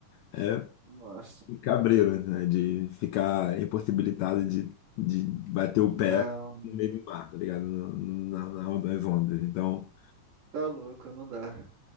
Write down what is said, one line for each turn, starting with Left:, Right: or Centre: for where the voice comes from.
Left: é
Right: Nossa.
Left: cabreiro, né? De ficar impossibilitado de, de bater o
Right: Não.
Left: pé no meio do mar, tá ligado? No- na, na, nas ondas. Então,
Right: Tá louco, não dá.